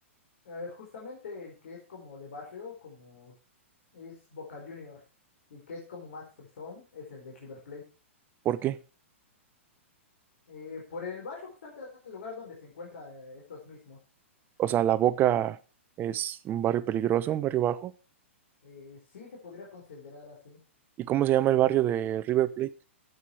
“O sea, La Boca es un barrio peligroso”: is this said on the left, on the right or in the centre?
Right